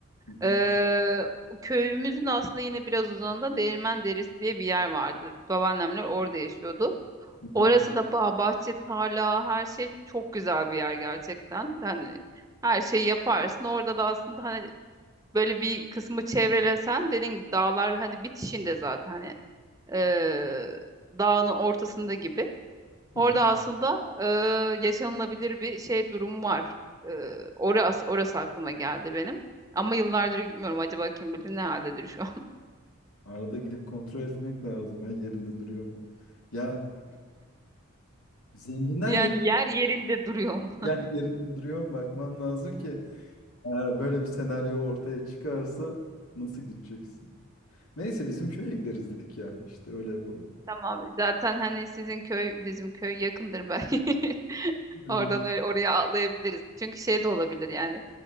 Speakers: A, on the left; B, on the right.
A: Hı
B: Eee,
A: hı,
B: o köyümüzün aslında yine biraz uzağında Değirmen Deresi diye bir yer vardı. Babaannemler orada yaşıyordu.
A: hı
B: Orası
A: hı,
B: da bah bahçe, tarla, her şey çok güzel bir yer gerçekten. Yani her şeyi yaparsın. Orada da aslında hani böyle bir kısmı çevrelesen dediğin gibi dağlar hani bitişinde zaten hani eee, dağın ortasında gibi. Orada
A: hı hı.
B: aslında eee, yaşanılabilir bir şey durum var. Eee orası, orası aklıma geldi benim. Ama yıllardır gitmiyorum. Acaba kim bilir ne haldedir şu an. <laughs>
A: Arada gidip kontrol etmek lazım. Ya yerinde duruyor mu? Ya zenginler
B: Yani
A: yap <laughs>
B: yer yerinde duruyor mu?
A: ya yerinde duruyor mu? Bakmam lazım ki eğer böyle bir senaryo ortaya çıkarsa nasıl gideceksin? Neyse bizim köye gideriz dedik ya. İşte öyle yapalım.
B: Tamam. Zaten hani sizin köy bizim köy yakındır belki. <laughs>
A: Hı
B: Oradan
A: hı.
B: öyle oraya atlayabiliriz. Çünkü şey de olabilir yani.